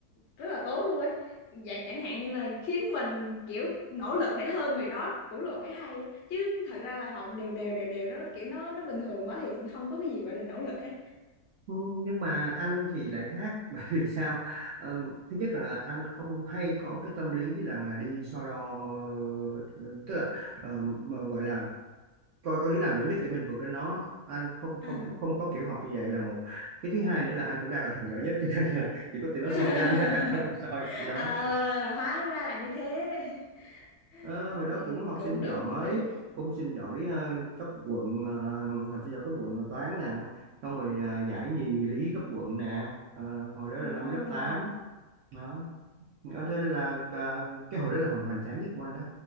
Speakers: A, on the left; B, on the right.
A: rất là tốt luôn ấy dạ, chẳng hạn như là khiến mình kiểu nỗ lực để hơn người đó cũng là một cái hay ấy. chứ thật ra là học đều đều đều đều nó kiểu nó nó bình thường quá thì không có cái gì gọi là nỗ lực hết
B: Ừ, nhưng mà anh thì lại khác <laughs> bởi vì sao Ờ, thứ nhất là, là anh không hay có cái tâm lý là, là đi so đo ờ, tức là ờ, mà gọi là coi có đứa nào giỏi nhất để mình vượt lên nó anh không
A: à,
B: không không có kiểu học như vậy là một cái thứ hai nữa là anh cũng đang là thằng giỏi nhất <laughs> cho nên là chỉ có tụi nó
A: <laughs>
B: soi với anh ra <laughs> không có soi với tụi nó
A: à hóa ra là như thế <laughs>
B: Ờ,
A: Ừm,
B: hồi đó cũng học
A: cũng
B: sinh giỏi
A: đúng cũng đúng
B: cũng học sinh giỏi ờ, cấp quận ờ, học sinh giỏi cấp quận là toán nè xong rồi ờ, giải nhì lý cấp quận nè Ờ, hồi đó
A: à,
B: là năm lớp 8 đó Ờ, thế nên là à, cái hồi đó là hồi hoành tráng nhất của anh đó